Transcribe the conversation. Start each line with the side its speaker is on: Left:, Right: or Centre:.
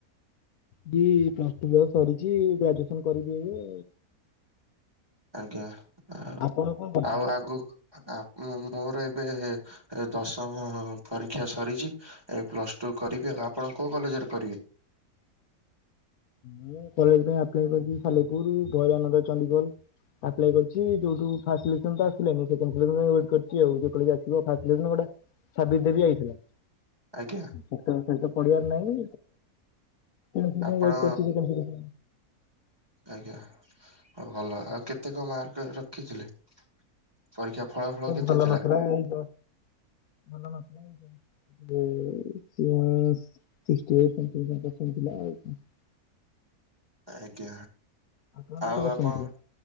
Left: ପ୍ଲସ୍ ଟୁ ସରିଛି ଗ୍ରାଜୁଏସନ କରିବି ଏବେ।
Right: ଆଜ୍ଞା ଆ
Left: ଆପଣ କଣ କରୁଛନ୍ତି?
Right: ଆଉ ଆଗକୁ? ଆ ମୋର ଏବେ ଦଶମ ପରୀକ୍ଷା ସରିଛି ଏ ପ୍ଲସ ଟୁ କରିବି ଆଉ ଆପଣ କୋଉ କଲେଜରେ କରିବେ?
Left: ମୁ କଲେଜ ପାଇଁ ଆପ୍ଲାଏ କରିଛି ସାଲେପୁର ଭରାନନ୍ଦ ଚଣ୍ଡିଗୋଲ ଆପ୍ଲାାଇ କରିଛି ଯଉଠ ଫାଷ୍ଟ ସିଲେକ୍ସନ ତ ଆସିଲାନି ସେକଣ୍ଡ ସିଲେକ୍ସନ କୁ ଏଟ କରି ଆଉ ଆସିବ ଫାଷ୍ଟ ସିଲେକ୍ସନ ଗଟା ସାବି ଦେବୀ ଆଇଥିଲା।
Right: ଆଜ୍ଞା
Left: ସେ ତ ସେ ତ ପଢିବାର ନାହିଁ ସିରିଜ୍
Right: ଆପଣ
Left: ପାଇଁ ୱେଟ୍ କରିଛି ସେକେଣ୍ଡ ସିରିଜ୍
Right: ଆଜ୍ଞା। ହ ଭଲ ଆଉ କେତେ କଣ ମାର୍କ ରଖିଥିଲେ? ପରୀକ୍ଷା ଫଳାଫଳ କେତେ
Left: ଭଲ
Right: ଥିଲା?
Left: ନଥିଲା ଏମିତି ଆଉ ଭଲ ନ ଥିଲା ଯଉ ତିନିଶ୍ ସିକ୍ସେଇଟ <unintelligible>
Right: ଆଜ୍ଞା
Left: ଆପଣଙ୍କ କେତେ
Right: ଆଉ
Left: ପସନ୍ଦ
Right: ଆପଣ?
Left: ଥିଲା